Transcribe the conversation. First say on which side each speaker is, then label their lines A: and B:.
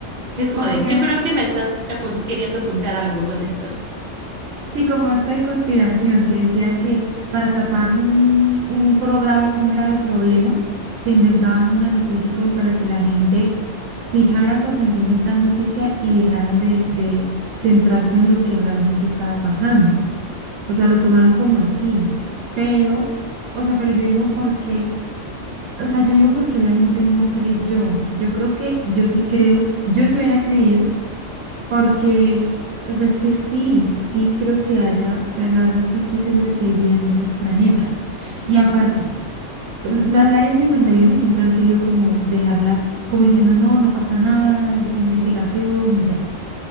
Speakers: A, on the right (about 50°); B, on the right (about 85°).
A: Que es
B: Como
A: como de,
B: que
A: yo creo que me estás ocult- queriendo ocultar algo con esto.
B: Sí, como esto de conspiración, que decían que para tapar un, un, pro- grave, un grave problema, se inventaban una noticia como para que la gente fijara su atención en tal noticia y dejaran de, de centrarse en lo que realmente estaba pasando. O sea, lo tomaron como así. Pero, o sea, pero yo digo porque, o sea, yo digo porque la gente no creyó. Yo creo que yo sí creo, yo sí hubiera creído porque, o sea, es que sí, sí creo que haya, o sea, la verdad sí estoy segura que hay vida en otros planetas. Y aparte, pues, la, el Área 51 siempre han querido como dejarla, como diciendo, no, no pasa nada, es de esa investigación y ya.